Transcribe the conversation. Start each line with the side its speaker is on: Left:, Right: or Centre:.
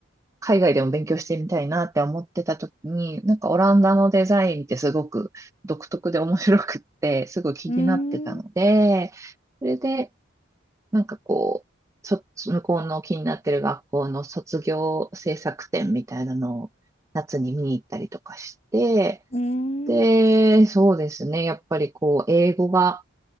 Right: 海外でも勉強してみたいなって思ってた時に、なんかオランダのデザインってすごく独特で面白くって、すごい気になってたので、
Left: うん
Right: それで、なんかこう、そ、向こうの気になってる学校の卒業制作展みたいなのを夏に見に行ったりとかして、
Left: うん
Right: で、そうですね、やっぱりこう、英語が、